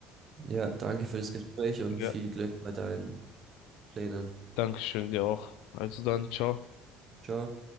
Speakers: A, on the right (about 25°); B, on the left (about 80°).
A: Ja, danke für das Gespräch und
B: Ja.
A: viel Glück bei deinen Plänen.
B: Dankeschön dir auch. Also dann, ciao.
A: Ciao.